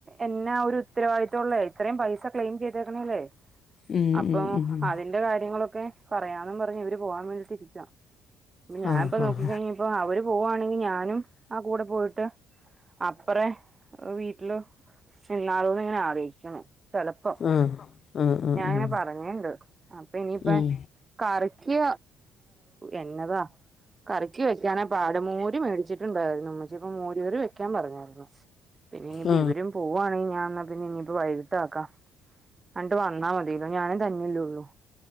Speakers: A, on the right (about 30°); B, on the left (about 50°).
A: എന്നാ ഒരു ഉത്തരവാദിത്വള്ളേ ത്രയും പൈസ ക്ലെയിം ചെയ്തേക്ക്ണല്ലേ.
B: ഉം,
A: അപ്പം
B: ഉം, ഉം.
A: അതിന്റെ കാര്യങ്ങളൊക്കെ പറയാന്നും പറഞ്ഞ് ഇവര് പോവാൻ വേണ്ടിട്ടിരിക്കാ. ഞാനിപ്പ
B: ആ
A: നോക്കിക്കഴിഞ്ഞപ്പ
B: ആ ആ.
A: അവര് പോവാണെങ്കി ഞാനും ആ കൂടെ പോയിട്ട് അപ്പറേ വീട്ട്ല് ചെന്നാലോ ങ്ങനെ ആലോയ്ക്ക്ണേ ചെലപ്പം
B: ആ ആ ആ
A: ഞാ
B: ആ
A: ങ്ങനെ പറഞ്ഞീണ്ട് അപ്പൊ ഇനിയിപ്പ
B: ഉം.
A: കറിക്ക് എന്നതാ കറി ക്ക് വെക്കാനാ പാട് മോര് മേടിച്ചിട്ടുണ്ടായ്രുന്നു. ഇമ്മച്ചിപ്പോ മോര് കറി വെക്കാൻ പറഞ്ഞായ്രുന്നു. പിന്നെ ഇനിയിപ്പോ
B: ആ
A: ഇവരും പോവാണെങ്കി ഞാ ന്ന പിന്നെ ഇനി പ്പ വൈകിട്ടാക്കാ ആണ്ട് വന്നാ മതിയല്ലോ ഞാനേ തന്നെല്ലെള്ളു.